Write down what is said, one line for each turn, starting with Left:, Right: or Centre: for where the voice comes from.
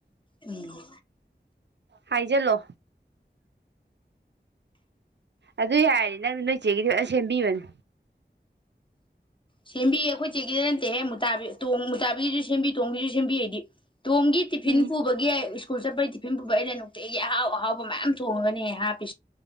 Left: ꯎꯝ
Right: ꯍꯥꯏꯖꯜꯂꯣ ꯑꯗꯨ ꯌꯥꯔꯗꯤ ꯅꯪꯅ ꯅꯣꯏꯆꯦꯒꯤꯗꯤ ꯐꯖ ꯁꯦꯝꯕꯤꯕꯅꯤ
Left: ꯁꯦꯝꯕꯤꯌꯦ ꯑꯩꯈꯣꯏ ꯆꯦꯒꯤꯗ ꯅꯠꯇꯦꯍꯦ ꯃꯨꯇꯥꯕꯤ ꯇꯣꯡꯃꯨꯇꯥꯕꯤꯒꯤꯁꯨ ꯁꯦꯝꯕꯤ ꯇꯣꯡꯒꯤꯁꯨ ꯁꯦꯝꯕꯤ ꯑꯩꯗꯤ ꯇꯣꯝꯒꯤ ꯇꯤꯐꯤꯟ
Right: ꯎꯝ
Left: ꯄꯨꯕꯒꯤ ꯑꯩ ꯁ꯭ꯀꯨꯜ ꯆꯠꯄꯩ ꯇꯤꯐꯤꯟ ꯄꯨꯕꯩ ꯑꯩꯅ ꯅꯨꯡ ꯇꯤꯒꯤ ꯑꯍꯥꯎ ꯑꯍꯥꯎꯕ ꯃꯌꯥꯝ ꯊꯣꯡꯉꯒꯅꯦ ꯍꯥꯞꯄꯤ